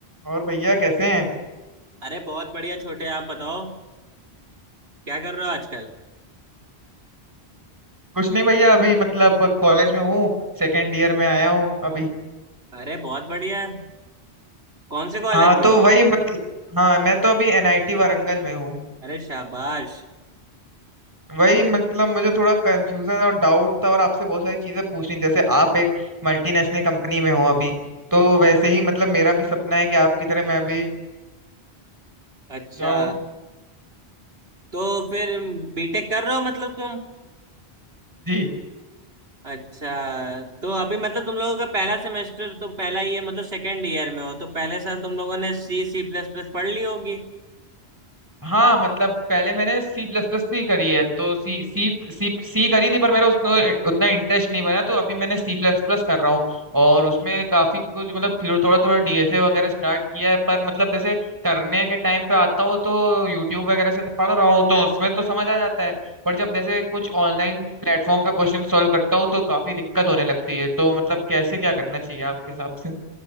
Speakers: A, on the right; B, on the right.
A: और भैया कैसे हैं
B: अरे बहुत बढ़िया छोटे आप बताओ क्या कर रहे हो आजकल
A: कुछ नहीं भैया अभी मतलब कॉलेज में हूँ सेकेंड ईयर में आया हूँ अभी
B: अरे बहुत बढ़िया कौन से कॉलेज
A: हाँ
B: में
A: तो
B: हो
A: वही मतलब हाँ मैं तो अभी एनआईटी वारंगल में हूँ
B: अरे शाबाश
A: वही मतलब मुझे थोड़ा कंफ्यूजन और डाउट था और आपसे बहुत सारी चीजें पूछनी थी। जैसे आप एक मल्टीनेशनल कंपनी में हो अभी तो वैसे ही मतलब मेरा भी सपना है कि आपकी तरह मैं भी
B: अच्छा
A: जाऊं
B: तो फिर बीटेक कर रहे हो मतलब तुम
A: जी
B: अच्छा तो अभी मतलब तुम लोगों का पहला सेमेस्टर तो पहला ही है मतलब सेकेंड ईयर में हो तो पहले साल तुम लोगों ने सी सी प्लस प्लस पढ़ ली होगी
A: हाँ मतलब पहले मैंने सी प्लस प्लस भी करी है तो सी सी सी सी करी थी पर मेरा उसमें उतना इंटरेस्ट नहीं बना तो अभी मैंने सी प्लस प्लस कर रहा हूँ और उसमें काफी कुछ मतलब थोड़ा थोड़ा थोड़ा डीएसए वगैरह स्टार्ट किया है पर मतलब जैसे करने के टाइम पे आता हूँ तो यूट्यूब वगैरह से पढ़ रहा हूँ तो उसमें तो समझ आ जाता है पर जब जैसे कुछ ऑनलाइन प्लेटफॉर्म पे क्वेश्चन सॉल्व करता हूँ तो काफी दिक्कत होने लगती है तो मतलब कैसे क्या करना चाहिए आपके हिसाब से